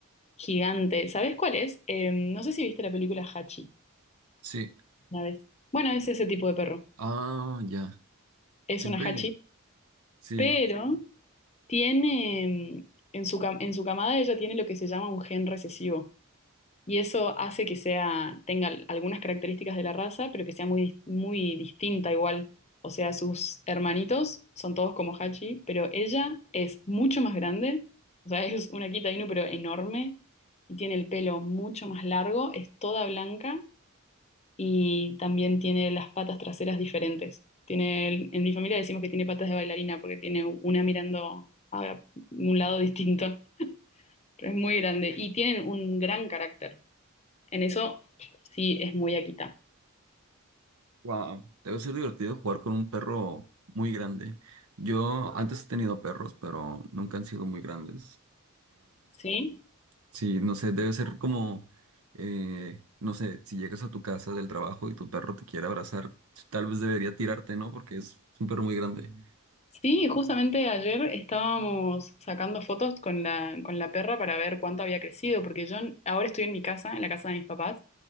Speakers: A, on the left; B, on the right.
A: Gigante. ¿Sabes cuál es? Em, no sé si viste la película Hachi.
B: Sí.
A: una vez. Bueno, es ese tipo de perro.
B: Ah, ya.
A: Es
B: Siempre.
A: una hachi,
B: Sí.
A: pero tiene mm, en su cam- en su camada ella tiene lo que se llama un gen recesivo y eso hace que sea tenga al- algunas características de la raza, pero que sea muy dis- muy distinta igual. O sea, sus hermanitos son todos como hachi, pero ella es mucho más grande, o sea, <laughs> es una Kita Inu pero enorme y tiene el pelo mucho más largo, es toda blanca y también tiene las patas traseras diferentes. Tiene, el- en mi familia decimos que tiene patas de bailarina porque tiene una mirando a un lado distinto, pero es muy grande y tienen un gran carácter. En eso sí es muy Akita,
B: Wow. Debe ser divertido jugar con un perro muy grande. Yo antes he tenido perros, pero nunca han sido muy grandes.
A: ¿sí?
B: Sí, no sé, debe ser como, eh, no sé, si llegas a tu casa del trabajo y tu perro te quiere abrazar, tal vez debería tirarte, ¿no? Porque es un perro muy grande.
A: Sí, justamente ayer estábamos sacando fotos con la, con la perra para ver cuánto había crecido, porque yo ahora estoy en mi casa, en la casa de mis papás,